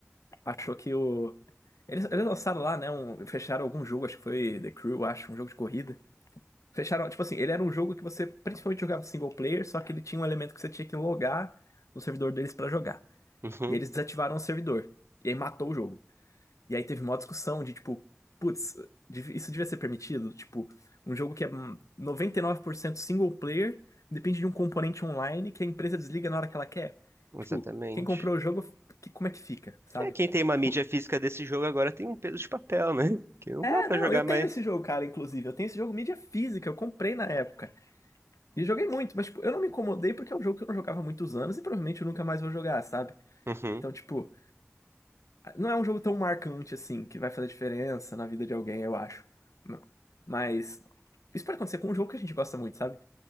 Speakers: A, on the left; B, on the right.
A: achou que o. Eles, eles lançaram lá, né? Um, fecharam algum jogo, acho que foi The Crew, acho, um jogo de corrida. Fecharam, tipo assim, ele era um jogo que você principalmente jogava single player, só que ele tinha um elemento que você tinha que logar no servidor deles pra jogar.
B: Uhum,
A: E aí eles desativaram o servidor. E aí matou o jogo. E aí teve uma discussão de tipo, putz, dev- isso devia ser permitido? Tipo, um jogo que é hum, 99% single player depende de um componente online que a empresa desliga na hora que ela quer.
B: exatamente.
A: Tipo, quem comprou o jogo, que- como é que fica, sabe?
B: É, quem tem uma
A: Tipo,
B: mídia física desse jogo agora tem um peso de papel, né? Que não
A: é,
B: dá pra
A: não,
B: jogar
A: eu
B: mais.
A: tenho esse jogo, cara, inclusive. Eu tenho esse jogo mídia física, eu comprei na época. E joguei muito, mas tipo, eu não me incomodei porque é um jogo que eu não jogava há muitos anos e provavelmente eu nunca mais vou jogar, sabe?
B: Uhum.
A: Então, tipo, Não é um jogo tão marcante assim, que vai fazer diferença na vida de alguém, eu acho. Mas isso pode acontecer com um jogo que a gente gosta muito, sabe?